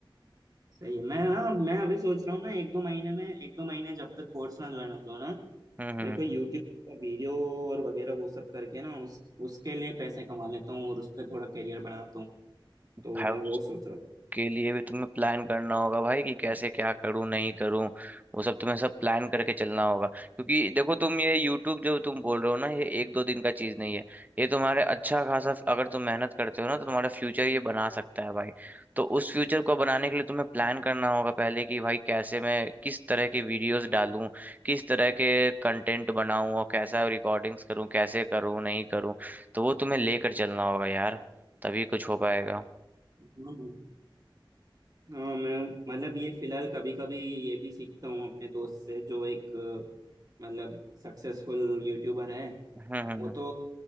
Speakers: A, on the right (about 45°); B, on the right (about 20°).
A: सही है मैं ना मैं अभी सोच रहा हूँ ना एक दो महीने में एक दो महीने जब तक कोर्स ना ज्वाइन हो जाओ ना
B: हम्म हम्म
A: मैं कोई यूट्यूब का वीडियो और वगैरह वो सब करके ना उस उसके लिए पैसे कमा लेता हूँ और उस पर थोड़ा करियर बनाता हूँ तो
B: भाई
A: मैं वो सोच रहा था
B: के लिए भी तुम्हें प्लान करना होगा भाई कि कैसे क्या करूं नहीं करूं वो सब तुम्हें सब प्लान करके चलना होगा क्योंकि देखो तुम ये यूट्यूब जो तुम बोल रहे हो ना ये एक दो दिन का चीज नहीं है ये तुम्हारे अच्छा खासा अगर तुम मेहनत करते हो ना तो तुम्हारा फ्यूचर ये बना सकता है भाई तो उस फ्यूचर को बनाने के लिए तुम्हें प्लान करना होगा पहले कि भाई कैसे मैं किस तरह के वीडियोस डालूं किस तरह के कंटेंट बनाऊं और कैसा रिकॉर्डिंग्स करूं कैसे करूं नहीं करूं तो वो तुम्हें लेकर चलना होगा यार तभी कुछ हो पाएगा
A: हम्म। हाँ मैं मतलब ये फिलहाल कभी कभी ये भी सीखता हूँ अपने दोस्त से जो एक अ, मतलब सक्सेसफुल यूट्यूबर है
B: हम्म हम्म हम्म।
A: वो तो